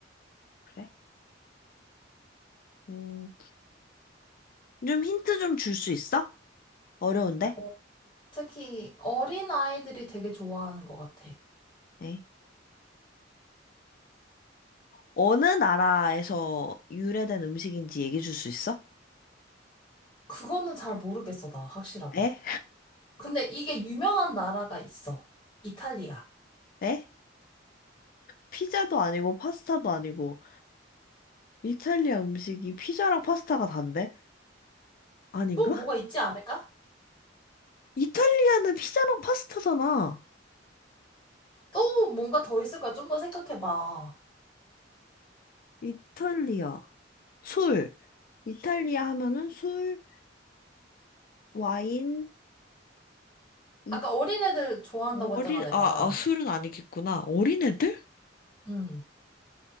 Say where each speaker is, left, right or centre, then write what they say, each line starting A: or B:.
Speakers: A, on the left; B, on the left.
A: 그래. 음, 좀 힌트 좀 줄 수 있어? 어려운데?
B: 어, 특히 어린 아이들이 되게 좋아하는 것 같아.
A: 에? 어느 나라에서 유래된 음식인지 얘기해 줄 수 있어?
B: 그거는 잘 모르겠어, 나 확실하게.
A: 에?
B: 근데 이게 유명한 나라가 있어. 이탈리아.
A: 에? 피자도 아니고 파스타도 아니고. 이탈리아 음식이 피자랑 파스타가 단데? 아닌가?
B: 또 뭐가 있지 않을까?
A: 이탈리아는 피자랑 파스타잖아.
B: 또 뭔가 더 있을 거야. 좀 더 생각해봐.
A: 이탈리아. 술. 이탈리아 하면은 술, 와인, 이
B: 아까 어린애들 좋아한다고
A: 어린,
B: 했잖아, 내가.
A: 아, 아, 술은 아니겠구나. 어린애들?
B: 음.